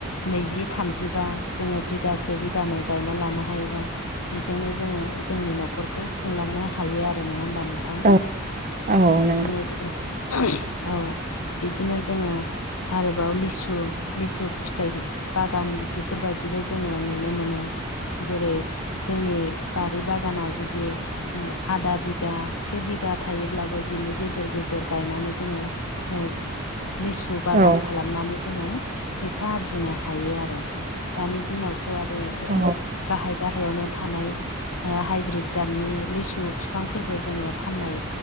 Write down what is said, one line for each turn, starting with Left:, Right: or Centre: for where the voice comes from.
Left: नैजि थामजिबा जोङो बिगासे बिगानै गायना लानो हायोबा बेजोंनो जोङो जोंनि न'खर खौ खुंलांनो हायो आरो नङा होमबा नोंथां?
Right: औ औ
Left: बिदिनो
Right: नंगौ
Left: जोङो <inaudible> औ बिदिनो जोङो आरोबाव लिसु लिसु फिथाइ बागान बेफोरबायदिबो जोङो नुनो मोनो। जेरै जोंनि बारि बागाना जु दि ओ आदा बिगा से बिगा थायोब्लाबो बिनि गेजेर गेजेर गायनानै जोङो ओ लिसु बागान
Right: औ
Left: खालाम नानै जोङो फैसा आरजिनो हायो आरो दानि दिनावथ' आरो
Right: औ
Left: गाहाय गाहायावनो थानाय ओ हाइब्रिद जातनि लिसु बिफांफोरबो जोङो फाननाय